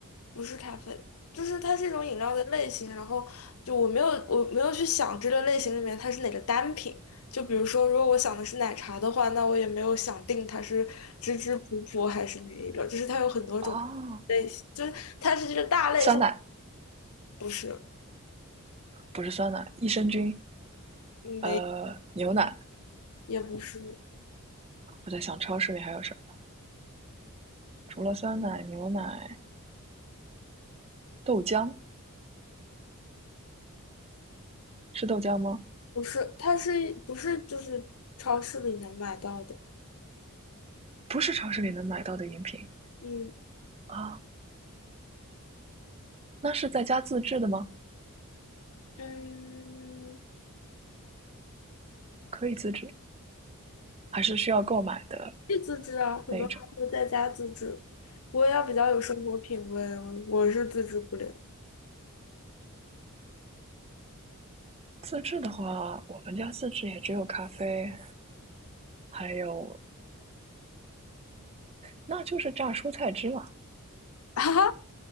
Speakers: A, on the left; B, on the right.
A: 不是咖啡，就是它是一种饮料的类型。然后就我没有我没有去想这个类型里面它是哪个单品。就比如说，如果我想的是奶茶的话，那我也没有想定它是芝芝普普还是哪一个，就是它有很多种类型，
B: 哦，
A: 就是它是这个大类项，
B: 酸奶
A: 不是
B: 不是酸奶，益生菌，
A: 没
B: 呃，牛奶。
A: 也不是
B: 我在想超市里还有什么。除了酸奶、牛奶、豆浆，是豆浆吗？
A: 不是，它是不是就是超市里能买到的？
B: 不是超市里能买到的饮品
A: 嗯
B: 啊。那是在家自制的吗？
A: 嗯，
B: 可以自制，还是需要购买的
A: 以自制啊，很多人会在家自制。
B: 那种？
A: 我也要比较有生活品味，我是自制不了。
B: 自制的话，我们家自制也只有咖啡，还有那就是榨蔬菜汁了。
A: <laughs> 哈哈，